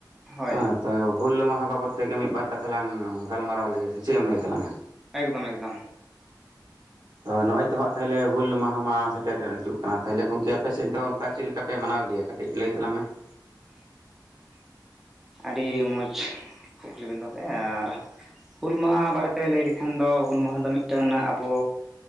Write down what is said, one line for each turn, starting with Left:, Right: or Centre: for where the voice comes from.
Centre: ᱦᱳᱭ
Right: ᱦᱸ᱾ ᱛᱚ ᱦᱩᱞ ᱢᱟᱦᱟ ᱵᱟᱵᱚᱫ ᱛᱮ ᱜᱮ ᱢᱤᱫ ᱵᱟᱨ ᱠᱟᱛᱷᱟ ᱞᱝ ᱜᱟᱞ ᱢᱟᱨᱟᱣ ᱞᱮ ᱜᱮ ᱥᱮ ᱪᱮᱫ ᱮᱢ ᱞᱟᱹᱭ ᱛᱟᱞᱟᱝᱟ᱾
Centre: ᱮᱠᱫᱚᱢ ᱮᱠᱫᱚᱢ᱾
Right: ᱦᱚ ᱱᱚᱜᱼᱚᱭ ᱛᱚᱦᱟᱸᱜ ᱛᱟᱦᱚᱞᱮ ᱦᱩᱞ ᱢᱟᱦᱟ ᱢᱟ ᱥᱮᱴᱮᱨᱮ ᱦᱤᱡᱩᱜ ᱠᱟᱱᱟ, ᱛᱟᱦᱚᱞᱮ ᱜᱚᱝᱠᱮ ᱟᱯᱮ ᱥᱮᱫ ᱫᱚ ᱚᱱᱠᱟ ᱪᱮᱫ ᱞᱮᱠᱟ ᱯᱮ ᱢᱟᱱᱟᱣ ᱜᱮᱭᱟ? ᱞᱟᱹᱭ ᱛᱟᱞᱟᱝ ᱢᱮ᱾ <inaudible>
Centre: ᱟᱹᱰᱤ ᱢᱚᱸᱡᱽ ᱠᱩᱠᱞᱤ ᱵᱤᱱ ᱫᱚᱦᱚ ᱠᱮᱫᱼᱟ, ᱟᱨ, ᱦᱩᱞ ᱢᱟᱦᱟ ᱵᱟᱨᱮᱛᱮ ᱞᱟᱹᱭ ᱞᱮᱠᱷᱟᱱ ᱫᱚ, ᱦᱩᱞ ᱢᱟᱦᱟ ᱫᱚ ᱢᱤᱫᱴᱮᱱ ᱟᱵᱚ,